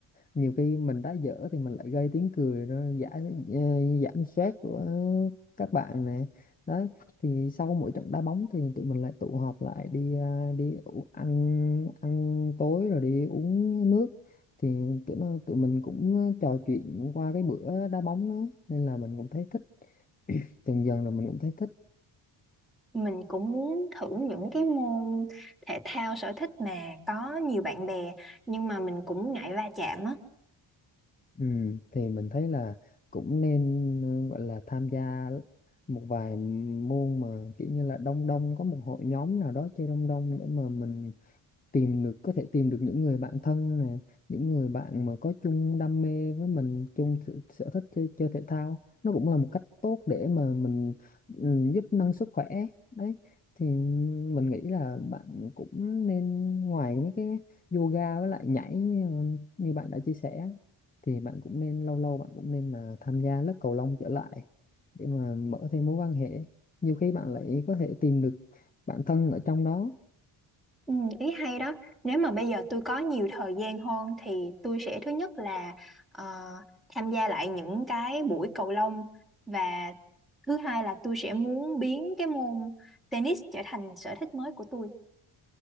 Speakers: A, on the left; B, in the centre.
A: nhiều khi mình đã dở thì mình lại gây tiếng cười nó giảm giảm stress của các bạn nè đấy thì sau mỗi trận đá bóng thì tụi mình lại tụ họp lại đi à, đi u- ăn ăn tối rồi đi uống nước thì tụi nó tụi mình cũng ờ, trò chuyện qua cái bữa đá bóng đó nên là mình cũng thấy thích dần dần rồi mình cũng thấy thích
B: mình cũng muốn thử những cái môn thể thao sở thích mà có nhiều bạn bè nhưng mà mình cũng ngại va chạm á
A: Ừ, thì mình thấy là cũng nên ừ, gọi là tham gia một vài môn mà kiểu như là đông đông có một hội nhóm nào đó chơi đông đông để mà mình tìm được có thể tìm được những người bạn thân này những người bạn mà có chung đam mê với mình chung sở, sở thích chơi, chơi thể thao nó cũng là một cách tốt để mà mình, ừ, giúp nâng sức khỏe đấy thì mình nghĩ là bạn cũng nên ngoài mấy cái yoga với lại nhảy như, như bạn đã chia sẻ thì bạn cũng nên lâu lâu bạn cũng nên là tham gia lớp cầu lông trở lại để mà mở thêm mối quan hệ nhiều khi bạn lại có thể tìm được bạn thân ở trong đó
B: ừ, ý hay đó nếu mà bây giờ tôi có nhiều thời gian hơn thì tôi sẽ thứ nhất là ờ, tham gia lại những cái buổi cầu lông và thứ hai là tôi sẽ muốn biến cái môn tennis trở thành sở thích mới của tôi